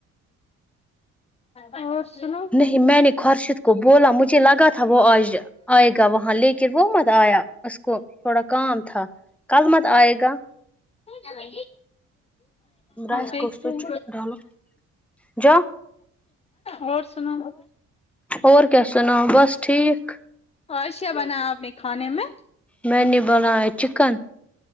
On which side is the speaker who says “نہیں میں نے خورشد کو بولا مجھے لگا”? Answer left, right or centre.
Centre